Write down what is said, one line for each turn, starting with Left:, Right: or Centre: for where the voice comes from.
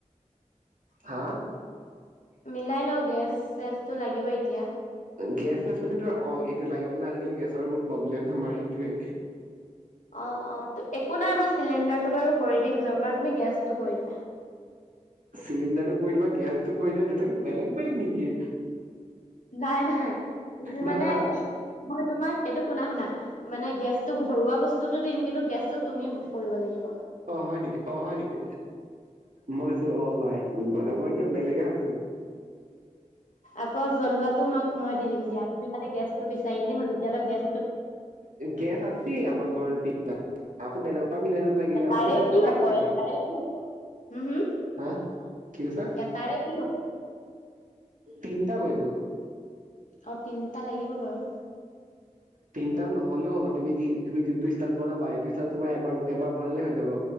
Right: হা
Left: মিলাই লওঁ গেছ চেছটো লাগিব এতিয়া
Right: গেছছ মানে ত অ সেইটো লাগিব কিন্তু আজিকালি গেছৰ বহুত প্ৰব্লেম হয় সেইটোৱে
Left: অ অ একো নাই মই চিলিণ্ডাৰটো বাৰু কৰি দিম যৰ পৰা তুমি গেছটো কৰি দিবা
Right: চিলিণ্ডাৰটো কৈ দিবা গেছতটো কৈ দিবা দুতাকে বেলেগ বেলেগ নেকি
Left: নাই নাই তুমি
Right: না
Left: মানে
Right: না না
Left: মই তোমাক এইটো শুনা শুনা মানে গেছতটো ভৰোৱা বস্তুতটো দিম কিন্তু গেছটো তুমি কৰিব লাগিব
Right: অ হয় নেকি অ হয় নেকি মইছো অ ভাই তবই কিয় বেলেগে ভাবিছোন
Left: আকৌ জ্বলোৱাতটো মই মই দি দিম দিয়া খালি গেছতো বিচাৰিলে হ'ল এতিয়া অপ গেছ
Right: গেছ আছে আমাৰ ঘৰত আকৌ বেলেগৰ পৰা মিলাই ল'ম লাগিলে
Left: তাৰে
Right: খালি মান
Left: কি
Right: চলাই
Left: হ'ব
Right: থাকিম আৰু
Left: তাৰে কি হম হম
Right: হা কি কৈছা
Left: এটাৰে কি হ'ব?
Right: তিনিটা কৈছো
Left: অ তিনিটা লাগিব বাৰু
Right: তিনিটা নহলেও হ'ব তুমি তুমি যোনটো ষ্টাইলত বনাবা এইটো ষ্টাইলত তোমাৰ এবাৰ এবাৰ বনালে হৈ যাব